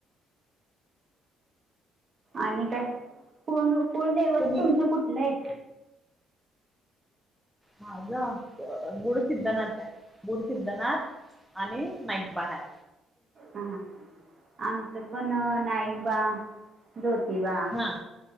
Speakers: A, on the right; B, in the centre.
A: आणि काय कुळ कुळदैवत
B: तुम्ही
A: तुमचं कुठलं आहे.
B: माझ गुड सिद्धनाथ आहे गुड सिद्धनाथ. आणि नाईक बा हाय.
A: हा आमचं पण नाईकबा ज्योतिबा.
B: हां